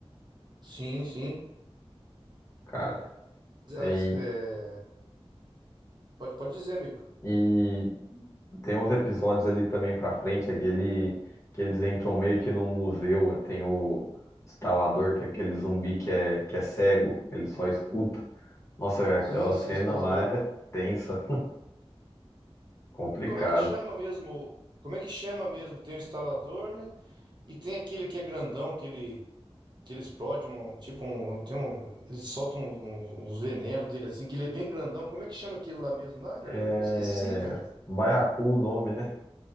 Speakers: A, on the right; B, on the left.
A: Sim, sim.
B: cara.
A: As-
B: E,
A: é, pode, pode dizer, amigo.
B: e tem uns episódios ali também pra frente, aquele que eles entram meio que num museu, tem o instalador, que é aquele zumbi que é, que é cego, ele só escuta. Nossa, aquela
A: Sim, sim,
B: cena
A: instalador.
B: lá é tensa, complicado.
A: E como é que chama mesmo? Como é que chama mesmo? Tem o instalador, né? E tem aquele que é grandão, que ele, Que ele explode um. Tipo, um, tem um. Ele solta um- um- uns venenos dele assim, que ele é bem grandão. Como é que chama aquele lá mesmo? Ah, cara,
B: É...
A: eu esqueci, cara.
B: Baiacu o nome, né?